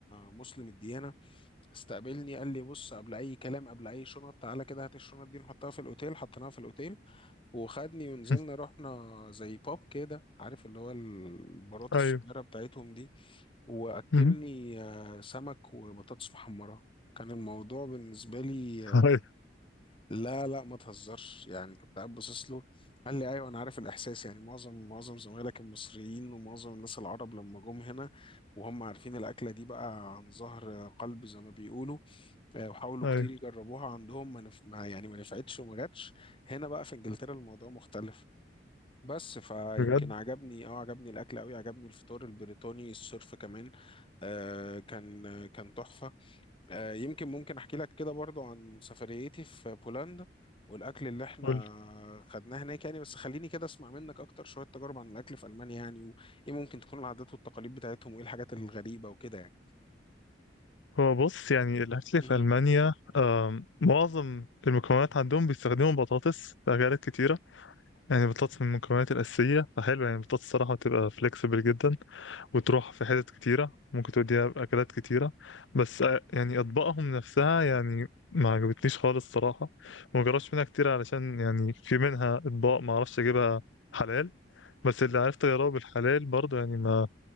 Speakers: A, on the left (about 30°); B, on the left (about 80°).
A: مسلم الديانة استقبلني قال لي بص قبل أي كلام قبل أي شنط تعالى كده هات الشنط دي نحطها في الأوتيل حطيناها في الأوتيل وخدني ونزلنا
B: <laughs>
A: رحنا زي باب كده عارف اللي هو البارات
B: ايوه
A: الصغيرة بتاعتهم دي وأكلني
B: مم.
A: آه، سمك وبطاطس محمرة كان الموضوع بالنسبة لي
B: ايوه
A: لا لا ما تهزرش يعني كنت قاعد باصص له قال لي ايوه انا عارف الاحساس يعني معظم معظم زمايلك المصريين ومعظم الناس العرب لما جم هنا وهم عارفين الاكله دي بقى عن ظهر قلب زي ما بيقولوا آه، وحاولوا
B: ايوه
A: كتير يجربوها عندهم ما نف... ما يعني ما نفعتش وما جاتش هنا بقى في انجلترا الموضوع مختلف بس فيمكن
B: بجد
A: عجبني اه عجبني الاكل قوي عجبني الفطار البريطاني الصرف كمان آه كان كان تحفه آه، يمكن ممكن احكي لك كده برضو عن سفريتي في بولندا والاكل اللي احنا
B: قول لي.
A: خدناه هناك يعني بس خليني كده اسمع منك اكتر شوية تجارب عن الاكل في المانيا يعني وايه ممكن تكون العادات والتقاليد بتاعتهم وايه الحاجات الغريبة وكده يعني
B: هو بص يعني الاكل
A: مهم.
B: في المانيا أم، معظم المكونات عندهم بيستخدموا بطاطس في اكلات كتيره يعني بطاطس من المكونات الاساسيه فحلو يعني البطاطس الصراحه بتبقى فليكسبل جدا وتروح في حتت كتيرة ممكن توديها بأكلات كتيرة بس آه، يعني أطباقهم نفسها يعني ما عجبتنيش خالص صراحة وما جربتش منها كتير علشان يعني في منها أطباق ما أعرفش أجيبها حلال بس اللي عرفت أجربه بالحلال برضه يعني ما